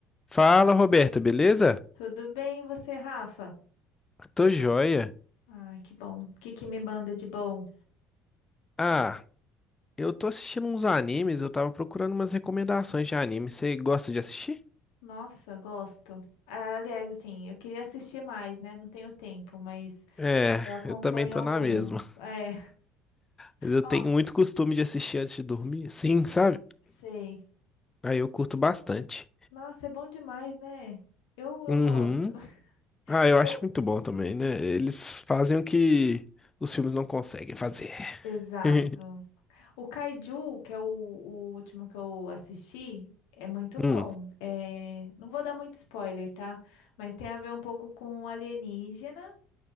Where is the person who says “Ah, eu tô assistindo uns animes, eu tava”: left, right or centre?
Left